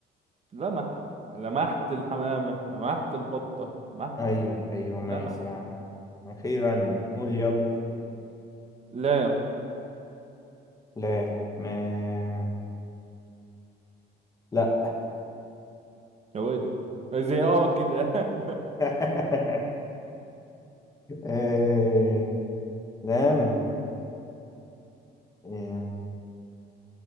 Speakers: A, on the right; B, on the left.
A: لمح لمحت الحمامة لمحت البطة لمحت
B: ايوه ايوه ماشي
A: لمح
B: يا عم اخيرا قول يلا
A: لام
B: لا ما لا
A: يا ويلي زي اه كده <laughs>
B: <laughs> آه، لام آه،